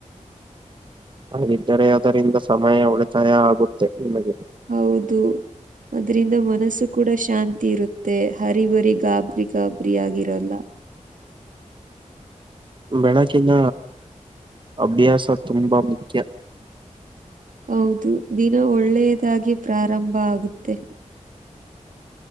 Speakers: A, on the right (about 40°); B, on the right (about 85°).
A: ಹಾಗಿದ್ದರೆ ಅದರಿಂದ ಸಮಯ ಉಳಿತಾಯ ಆಗುತ್ತೆ ನಿಮಗೆ
B: ಹೌದು ಅದ್ರಿಂದ ಮನಸ್ಸು ಕೂಡ ಶಾಂತಿ ಇರುತ್ತೆ ಹರಿಬರಿ ಗಾಬ್ ರಿಗಾಬರಿ ಆಗಿರಲ್ಲ
A: ಬೆಳಕಿನ ಅಭ್ಯಾಸ ತುಂಬಾ ಮುಖ್ಯ
B: ಹೌದು ದಿನ ಒಳ್ಳೆಯದಾಗಿ ಪ್ರಾರಂಭ ಆಗುತ್ತೆ